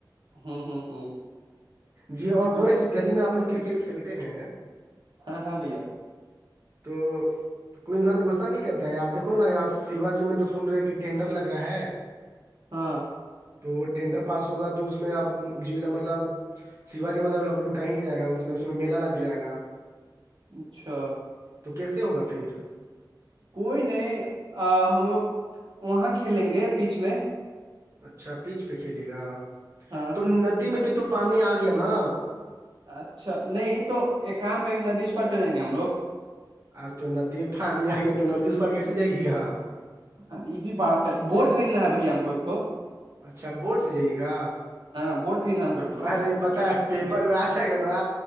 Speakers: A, on the right; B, on the right.
A: ہوں ہوں ہوں
B: جی اور
A: تو
B: بول رہے کہ گلی میں آپ لوگ کرکٹ کھیلتے ہیں
A: ہاں ہاں بھیا
B: تو کوئی انسان غصہ نہیں کرتا ہے یاار دیکو نا اں شیوجی میں تو سن رہے کہ ٹینڈر لگ رہا ہے
A: ہاں
B: تو ٹینڈر پاس ہوگا تو اس میں اب جی مطلب شیو جی مطلب لب لوٹا ہی جائے گا مطلب اس میں میلہ لگ جائے گا
A: اچھا
B: تو کیسے ہوگا پھر
A: کوئی نہیں ہم لوگ وہاں کھیلیں گے پیچ میں
B: اچھا پیچ پہ کھیلے گا
A: ہاں
B: تو ندی میں بھی تو پانی آ گیا نا
A: اچھا نہیں تو ایک کام کریں گے ندی اس پر چل جائیں گے ہم لوگ
B: ر تو ندی پھانی آئی ہے تو ندی اس پر کیسے جائیے گا
A: ہاں یہ بھی بات ہے بورٹ خریدنا ہے بھائی ہم کو ایکٹ
B: اچھا بورٹ سے جائیے گا
A: ہاں بورڈ خریدنا ہے ہم کو ایکٹھو
B: پررے پتہ ہے پیپر میں آس ہے گ نا